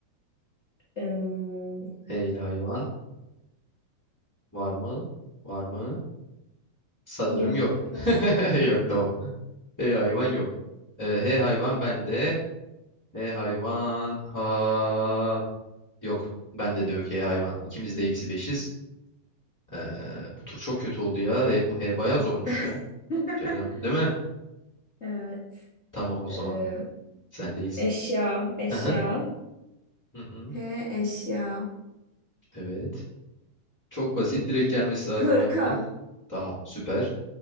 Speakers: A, on the left; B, on the left.
A: em,
B: E ile hayvan. Var mı? Var mı? Sanırım
A: yok
B: yok.
A: pas.
B: <laughs> Yok tamam. E hayvan yok. E, H hayvan bende. H hayvan ha yok. Bende de yok H hayvan. İkimiz de eksi beşiz. E, bu tur çok kötü oldu ya. H, H bayağı zormuş
A: <laughs>
B: ya. Canım, değil mi?
A: Evet.
B: Tamam o
A: Ee,
B: zaman. Sendeyiz.
A: eşya. Eşya.
B: Hı hı. Hı hı.
A: H eşya.
B: Evet. Çok basit. Direkt gelmesi lazım
A: Hırka.
B: aklına. Tamam. Süper.